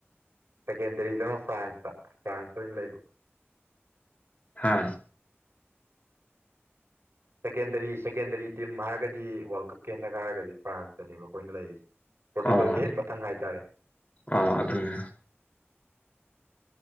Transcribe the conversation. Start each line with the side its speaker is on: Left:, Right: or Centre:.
Right: ꯁꯦꯀꯦꯟꯗꯔꯤꯗ ꯐ꯭ꯔꯥꯟꯁꯇ ꯐ꯭ꯔꯥꯟꯁꯇ ꯑꯣꯏꯅ ꯂꯩꯕ
Left: ꯍꯥꯥ
Right: ꯁꯦꯀꯦꯟꯗꯔꯤ ꯁꯦꯀꯦꯟꯗꯔꯤ ꯇꯤꯝ ꯍꯥꯏꯔꯒꯗꯤ ꯋꯥꯔꯜ ꯀꯞꯀꯤ ꯍꯟꯗꯛ ꯍꯥꯏꯔꯒꯗꯤ ꯐ꯭ꯔꯥꯟꯁꯇꯅꯦꯕ ꯑꯩꯈꯣꯏꯅ ꯂꯩꯔꯤꯁꯦ ꯄꯣꯔꯇꯨꯒꯜꯒꯤ
Left: ꯑꯥ
Right: ꯍꯦꯛ ꯃꯊꯪ ꯍꯥꯏꯇꯥꯔꯦ
Left: ꯑꯥ ꯑꯗꯨꯅꯦ